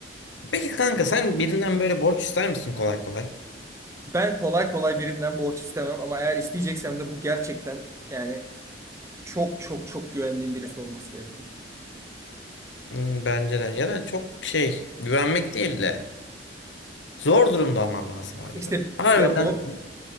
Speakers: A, on the left (about 80°); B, on the right (about 15°).
A: Peki kanka sen birinden böyle borç ister misin kolay kolay?
B: Ben kolay kolay birinden borç istemem ama eğer isteyeceksem de bu gerçekten yani çok çok çok güvendiğim birisi olması gerekiyor.
A: Hmm, Bence de. Ya da çok şey güvenmek değil de. Zor durumda olmam lazım harbiden.
B: İşte
A: Harbiden.
B: ya bu